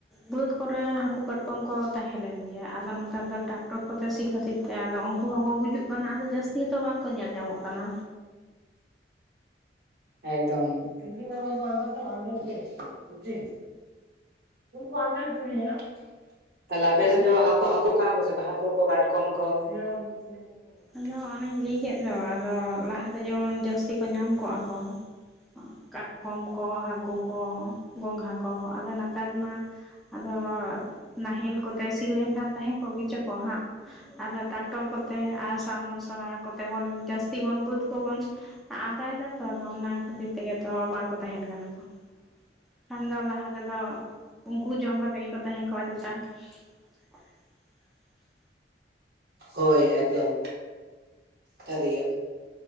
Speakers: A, in the centre; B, on the right (about 60°).
A: ᱵᱟᱹᱫᱽ ᱠᱚᱨᱮ ᱦᱟᱹᱠᱩ ᱠᱟᱴᱠᱚᱢ ᱠᱚ ᱛᱟᱦᱮᱸ ᱞᱮᱱ ᱜᱮᱭᱟ ᱟᱫᱚ ᱱᱮᱛᱟᱨ ᱫᱚ ᱴᱟᱠᱴᱚᱨ ᱠᱚᱛᱮ ᱥᱤ ᱠᱷᱟᱹᱛᱤᱨ ᱛᱮ ᱪᱮᱜ ᱟᱫᱚ ᱩᱝᱠᱩ ᱦᱚᱸᱠᱚ ᱜᱩᱡᱩᱜ ᱠᱟᱱᱟ ᱟᱫᱚ ᱡᱟᱹᱥᱛᱤ ᱦᱚᱸᱛᱚ ᱵᱟᱝᱠᱚ ᱧᱮᱞ ᱧᱟᱢᱚᱜ ᱠᱟᱱᱟ
B: ᱮᱠᱫᱚᱢ <unintelligible> <unintelligible> ᱛᱟᱞᱦᱮ ᱟᱯᱮ ᱥᱮᱫ ᱫᱚ ᱦᱟᱹᱠᱩ ᱦᱟᱹᱠᱩᱜ ᱠᱟᱱᱟ ᱠᱚ ᱥᱮ ᱵᱟᱝ ᱦᱟᱹᱠᱩ ᱠᱚ ᱠᱟᱴᱠᱚᱢ ᱠᱚ <unintelligible>
A: ᱟᱫᱚ ᱚᱱᱤᱧ ᱞᱟᱹᱭ ᱠᱮᱫ ᱫᱚ ᱟᱫᱚ ᱞᱟᱦᱟᱛᱮ ᱡᱮᱢᱚᱱ ᱡᱟᱹᱥᱛᱤ ᱠᱚ ᱧᱟᱢ ᱠᱚᱜ-ᱟ ᱠᱚ ᱚ ᱠᱟᱴᱠᱚᱢ ᱠᱚ ᱦᱟᱠᱩ ᱠᱚ ᱜᱚᱸᱜᱷᱟ ᱠᱚ ᱟᱫᱚ ᱱᱮᱛᱟᱨ ᱢᱟ ᱟᱫᱚ ᱱᱟᱦᱮᱞ ᱠᱚᱛᱮ ᱥᱤ ᱞᱮᱝᱠᱷᱟᱱ ᱛᱟᱦᱮᱸ ᱠᱚᱜ ᱜᱮᱪᱟ ᱠᱚ ᱦᱟᱸᱜ ᱟᱫᱚ ᱴᱨᱟᱠᱴᱚᱨ ᱠᱚᱛᱮ ᱟᱥᱟᱼᱢᱚᱥᱲᱟ ᱠᱚᱛᱮ ᱵᱚᱱ ᱡᱟᱹᱥᱛᱤ ᱵᱚᱱ ᱵᱟᱹᱫᱽ ᱠᱚᱵᱚᱱ ᱟᱫᱟᱭᱫᱟ ᱛᱚ ᱟᱫᱚ ᱚᱱᱟ ᱠᱷᱟᱹᱛᱤᱨ ᱛᱮᱜᱮ ᱛᱚ ᱵᱟᱝᱠᱚ ᱛᱟᱦᱮᱸᱱ ᱠᱟᱱᱟ ᱠᱚ ᱠᱷᱟᱱ ᱫᱚ ᱞᱟᱦᱟ ᱛᱮᱫᱚ ᱩᱝᱠᱩ ᱡᱚᱢ ᱠᱟᱛᱮᱝ ᱜᱮᱠᱚ ᱛᱟᱦᱮᱸ ᱠᱚᱜᱼᱟ ᱪᱮᱛᱟ <unintelligible>
B: ᱦᱳᱭ ᱮᱠᱚᱢ ᱥᱟᱹᱨᱜᱮ